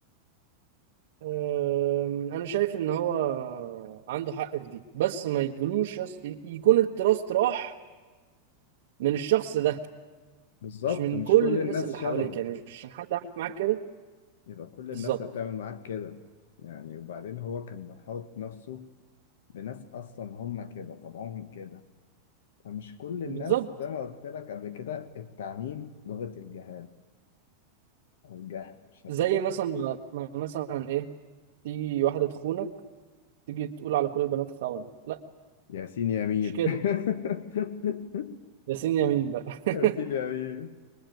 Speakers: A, on the right (about 60°); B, on the left (about 80°).
A: أم، انا شايف ان هو عنده حق في دي بس ما يجلوش يص... ي- يكون التراست راح من الشخص ده
B: بالظبط
A: مش من
B: مش
A: كل
B: كل
A: الناس
B: الناس
A: اللي حواليك
B: شبهه
A: يعني مش عشان حد عامل معاك كده
B: يبقى كل
A: بالظبط
B: الناس هتعمل معاك كده يعني وبعدين هو كان محاوط نفسه بناس أصلا هم كده طبعهم كده فمش كل الناس
A: بالظبط
B: زي ما قلت لك قبل كده التعميم لغة الجهال أو الجهل مش هتفهم
A: زي مثلا ما ما- مثلا ايه تيجي واحده تخونك تيجي تقول على كل البنات خونه لا
B: ياسين يا ميم
A: مش كده
B: <laughs>
A: ياسين يمين بقى <laughs>
B: ياسين يا ميم